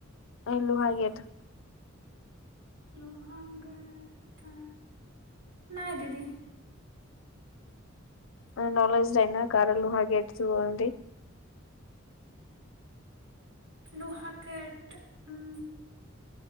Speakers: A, on the left (about 80°); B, on the right (about 85°).
A: ଆ ଲୁହା ଗେଟ।
B: ଲୁହା ଗେଟ ନାଇଁ ଦିଦି।
A: <unintelligible> ଜାନ ନ କାର ଲୁହା ଗେଟ ଥିବ ଓଲି?
B: ଲୁହା କେଟ ଉଁ